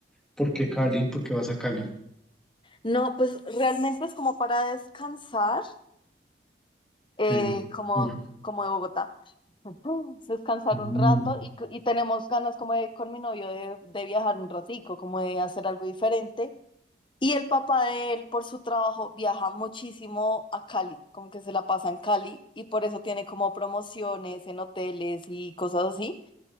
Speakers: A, in the centre; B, on the left (about 25°).
A: ¿por qué Cali? ¿Por qué vas a Cali?
B: No, pues realmente es como para descansar. eh,
A: Sí.
B: como,
A: Uf.
B: como de Bogotá. <laughs> Descansar
A: Mm.
B: un rato y, co- y tenemos ganas como de, con mi novio de, de viajar un ratico, como de hacer algo diferente. Y el papá de él, por su trabajo, viaja muchísimo a Cali, como que se la pasa en Cali y por eso tiene como promociones en hoteles y cosas así.